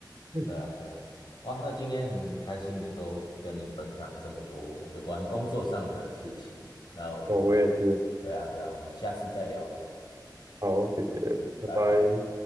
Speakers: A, on the right; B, on the left.
A: <laughs>
B: 对啊，对啊，哇，那今天很开心能够跟你分享这么多有关工作上的事情。那我们，
A: 哦，我也是，
B: 对啊，对啊，我们下次再聊喽。
A: 好，谢谢，
B: 嗯，
A: 拜拜。
B: 拜拜。